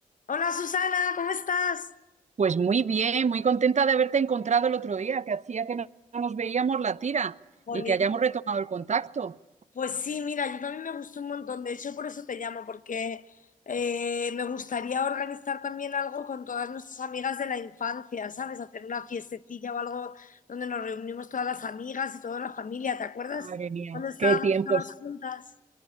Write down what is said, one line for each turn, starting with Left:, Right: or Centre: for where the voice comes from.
Left: Hola Susana, ¿cómo estás?
Right: Pues muy bien, muy contenta de haberte encontrado el otro día, que hacía que no no nos veíamos la tira
Left: Jolín,
Right: y que hayamos retomado el contacto.
Left: Pues sí, mira, yo también me gustó un montón, de hecho por eso te llamo, porque eh, me gustaría organizar también algo con todas nuestras amigas de la infancia, ¿sabes? Hacer una fiestecilla o algo donde nos reunimos todas las amigas y toda la familia, ¿te acuerdas?
Right: Madre mía,
Left: Cuando estábamos
Right: qué tiempos.
Left: todas juntas.